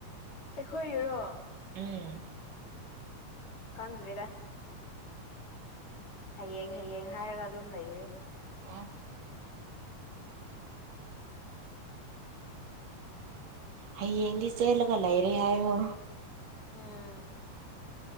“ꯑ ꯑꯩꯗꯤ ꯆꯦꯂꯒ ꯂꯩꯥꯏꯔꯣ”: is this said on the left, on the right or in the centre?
Right